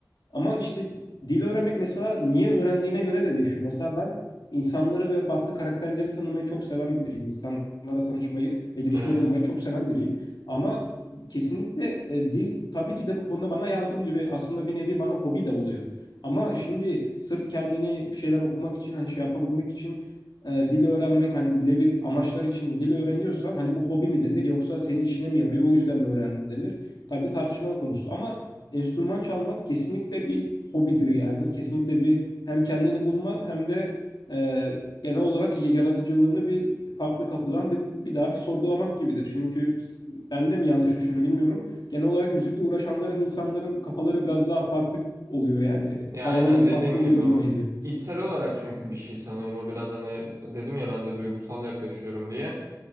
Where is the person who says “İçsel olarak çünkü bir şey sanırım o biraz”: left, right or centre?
Right